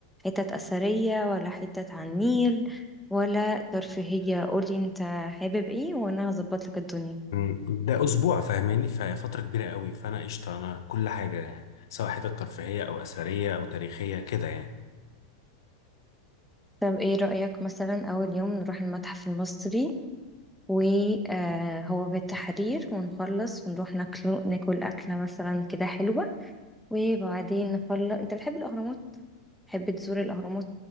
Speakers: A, in the centre; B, on the left.
A: حتت اثرية ولا حتت على النيل ولا ترفيهية قولي انت حابب ايه وانا هظبط لك الدنيا
B: مم، ده اسبوع فاهماني ففتره كبيره قوي فانا قشطه انا كل حاجه يعني سواء حتت ترفيهيه او اثريه او تاريخيه كده يعني
A: طب ايه رأيك مثلا اول يوم نروح المتحف المصري وهو في التحرير ونخلص ونروح ناكل ناكل أكلة مثلا كده حلوة وبعدين نخلص انت بتحب الأهرامات تحب تزور الأهرامات